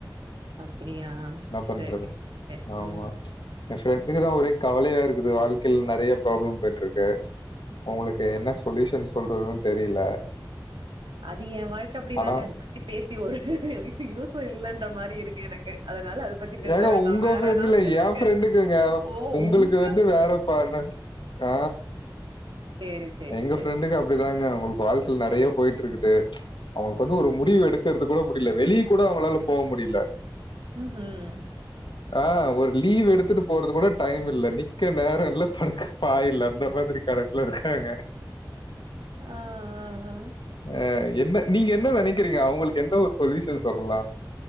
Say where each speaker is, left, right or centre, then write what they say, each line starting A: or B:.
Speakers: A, on the right; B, on the left.
A: அப்டியா
B: என்ன பண்றது
A: சரி சரி
B: ஆமா
A: ம்
B: என் ஃப்ரெண்டுக்கு தா ஒரே கவலய இருக்கு வாழ்க்கையில நேறய ப்ராப்ள போயிட்டு இருக்கு அவங்களுக்கு என்ன
A: ஆ.
B: சொல்யூஷ சொல்றதுன்னு தெரியல
A: அது என் வாழ்க்கை அப்டி
B: ஆனா
A: தாங்க அத பத்தி பேசி ஒரு யூசு இல்லேன்ற மாரி இருக்கு எனக்கு அதனால அது பத்தி பேச
B: ஏங்க
A: வேண்டா
B: உங்க
A: வேற
B: ஃப்ரெண்டு்
A: ஏதாவது
B: இல்ல
A: பேசுங்க
B: என் ஃப்ரெண்டுக்குங்க
A: ஓ
B: உங்களுக்கு
A: உங்க
B: வந்து வேற பாருணு ஆ
A: சேரி சேரி
B: எங்க
A: சேரி
B: ஃப்ரெண்டுக்கு அப்டிதாங்க அவங்களுக்கு வாழ்கயல நேறய போயிட்டு இருக்குது அவங்களுக்கு வந்து
A: ம்
B: ஒரு முடிவு எடுக்க நிக்றது கூட முடியல வெளியே கூட அவங்களால போக முடியல
A: ம் ம்
B: ஆ ஒரு லீவ் எடுத்துட்டு போறது கூட டைம் இல்ல நிக்க நேர இல்ல பக்க பாயில்ல அந்த மாரி கணக்குல இருக்காங்க
A: ஆ ஆ ஆ
B: அ என்ன நீங்க என்ன நேனைக்கிறீங்க அவங்களுக்கு என்ன ஒரு சொல்யூஷ சொல்லலா